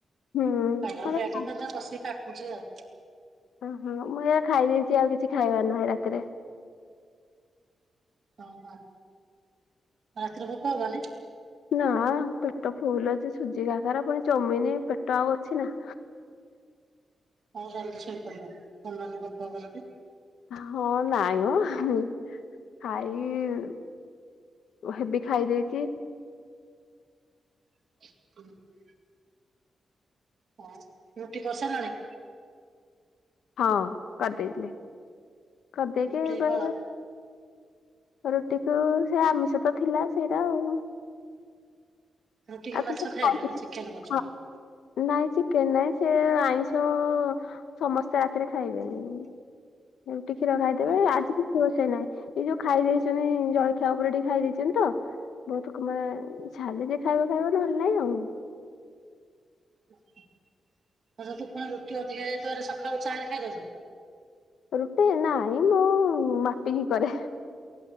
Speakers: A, on the left; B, on the right.
A: ହୁଁ
B: ଖାଇଲାବେଳୁକୁ
A: ମତେ
B: ଲେଟ ତ ସେଥି ପାଇଁ ବସିକି କାଟୁଚି ଆଉ।
A: ଓହୋ ମୁଁ ଏଇକା ଖାଇ ଦେଇଚି ଆଉ କିଛି ଖାଇବାର ନାହିଁ ରାତିରେ।
B: ଓହୋ ରାତିିରେ ଭୋକ ହବନି?
A: ନା ପେଟ ଫୁଲ ଅଛି। ସୁଜି କାକରା ପୁଣି ଚମିନି ପେଟ ଆଉ ଅଛି ନା?
B: ହଁ ଭଲରେ ଶୋଇ ପଡ଼ିବ <unintelligible>
A: ହଁ ନାଇଁ ମ ଖାଇବି। ହେଭି ଖାଇ ଦେଇଚି।
B: <inaudible> ଆଉ ରୁଟି କରି ସାଇଲଣି?
A: ହଁ କରିଦେଇଥିଲି କରିଦେଇକି
B: ରୁଟି
A: ବେ
B: କଣ
A: ରୁଟିକୁୁ ସେ ଆମିଷ ତ ଥିଲା ସେଇଟା ଆଉ।
B: ରୁଟି କି
A: ଆଉ
B: ମାଛ
A: ତୁ ତ
B: ଖାଇବେ
A: ଖାଇଛୁ?
B: ନା ଚିକେନ କରିଛନ୍ତି?
A: ହଁ, ନାଇଁ ଚିକେନ ନାଇଁ ସେ ଆଇଁଷ ଅ ସମସ୍ତେ ରାତିରେ ଖାଇବେନି। ରୁଟି କ୍ଷୀର ଖାଇଦେବେ
B: ଓହୋ
A: ଆଜି କିଛି ରୋଷେଇ ନାହିଁ। ଏଯଉ ଖାଇ ଦେଇଚନ୍ତି ଜଳଖିଆ ଉପରେ ଟିକେ ଖାଇ ଦେଇଚନ୍ତି ତ ବହୁତ ମାନେ ଇଚ୍ଛା ଯେ ଖାଇବ ଖାଇବ ନହେଲେ ନାଇଁ ଆଉ।
B: ଧର ଯଉଁଦିନ ରୁଟି ଅଧିକା ହେଇ ଯାଇଥିବା ସକାଳୁ ଚା ରେ ଖାଇଦଉଚ?
A: ରୁଟି ନାଇଁ ମୁଁ ମାପିକି କରେ।